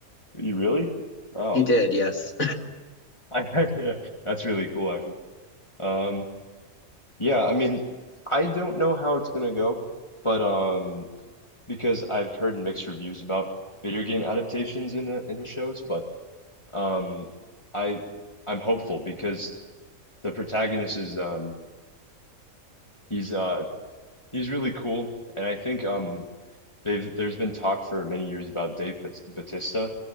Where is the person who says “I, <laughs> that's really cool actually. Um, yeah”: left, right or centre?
Left